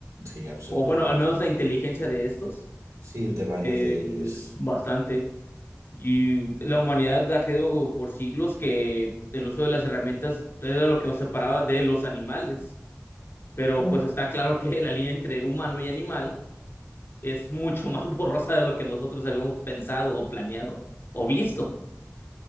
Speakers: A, on the right (about 85°); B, on the left (about 45°).
A: Sí, absolutamente.
B: O bueno, al menos la inteligencia de estos.
A: Sí, de varios
B: Eh,
A: de ellos.
B: bastante. Y la humanidad ha creído por siglos que el uso de las herramientas era lo que nos separaba de los animales. pero
A: Bueno,
B: pues está claro que la línea entre humano y animal es mucho <laughs> más borrosa de lo que nosotros habíamos pensado o planeado o visto.